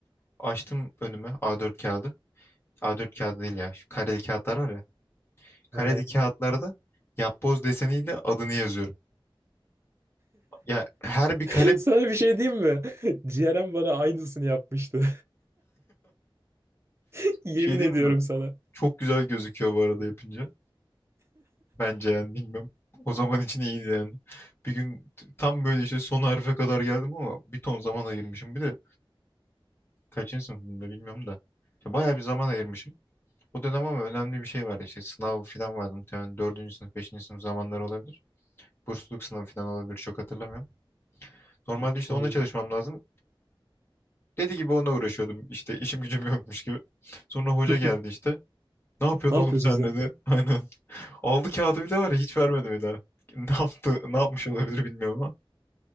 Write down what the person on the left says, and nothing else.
Açtım önüme A4 kağıdı. A4 kağıdı değil ya. Şu kareli kağıtlar var ya. Kareli
kağıtlarda yapboz deseniyle adını yazıyorum. Ya her bir
kare
şey diyeyim
mi?
Çok güzel gözüküyor bu arada yapınca. Bence yani bilmem. O zaman için iyiydi yani. Bir gün tam böyle işte son harfe kadar geldim ama bir ton zaman ayırmışım. Bir de kaçıncı sınıfımda bilmiyorum da. İşte bayağı bir zaman ayırmışım. O dönem ama önemli bir şey vardı işte sınav falan vardı muhtemelen dördüncü sınıf, beşinci sınıf zamanları olabilir. Bursluluk sınavı falan olabilir çok hatırlamıyorum. Normalde
işte
onunla çalışmam lazım. Dedi gibi ona uğraşıyordum. İşte işim gücüm yokmuş gibi. Sonra hoca
geldi işte. Ne yapıyorsun
oğlum sen
dedi. <laughs> Aynen. Aldı kağıdı bir de var ya hiç vermedi bir daha. <laughs> Ne yaptı, ne yapmış olabilir bilmiyorum ama.